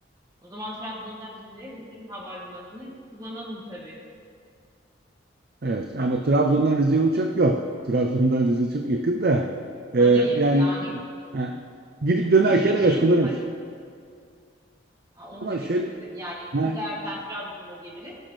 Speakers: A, on the right; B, on the right.
A: O zaman Trabzon'dan Rize'ye Rize'nin havalimanını kullanalım tabii.
B: Evet ama Trabzon'dan Rize'ye uçak yok. <laughs> Trabzon'dan Rize çok yakın da e,
A: Hayır hayır
B: yani
A: yani
B: ha, gidip
A: dönüş
B: dönerken
A: için
B: evet kullanırız.
A: hani Aa, Onu
B: Ama
A: demek
B: şöyle
A: istedim. Yani
B: ha,
A: giderken Trabzon'a geliriz,